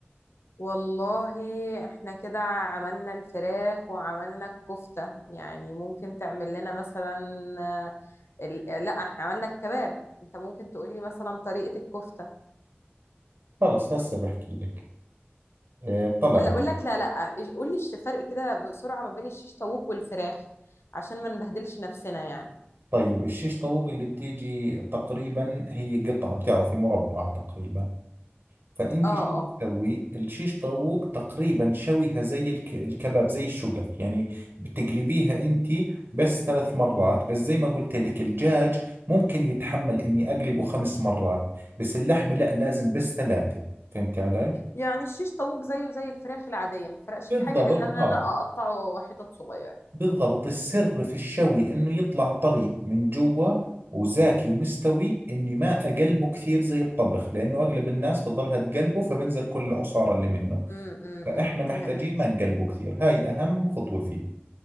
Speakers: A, on the left; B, on the right.
A: والله احنا كده عملنا الفراخ وعملنا الكفتة يعني ممكن تعمل لنا مثلا آه، ال... آه، لا احنا عملنا الكباب انت ممكن تقولي مثلا طريقة الكفتة
B: خلص هسه بحكي لك آه، طلع
A: ولا اقول لك لا لا إج- قولي الش- فرق كده بسرعة ما بين الشيش طاووق والفراخ عشان ما نبهدلش نفسنا يعني
B: طيب الشيش طاووق اللي بتيجي تقريبا هي قطعة بتعرفي مربعة تقريبا فأنت
A: اه
B: شو بتسوي
A: اه
B: الشيش طاووق تقريبا شويها زي الك... الكباب زي الشقف يعني بتقلبيها أنت بس ثلاث مرات بس زي ما قلت لك الدجاج ممكن يتحمل إني أقلبه خمس مرات بس اللحمة لا لازم بس ثلاثة فهمتي علي؟
A: يعني الشيش طاووق زيه زي الفراخ العادية ما فرقش
B: بالضبط
A: في حاجة الا ان
B: آه
A: انا اقطعه حتت صغيرة
B: بالضبط السر في الشوي انه يطلع طري من جوا وزاكي ومستوي اني ما اقلبه كثير زي الطبخ لانه اغلب الناس بتظلها تقلبه فبنزل كل العصارة اللي منه
A: امم امم،
B: فاحنا
A: امم.
B: محتاجين
A: فهمت
B: ما نقلبه كثير هاي اهم خطوة فيه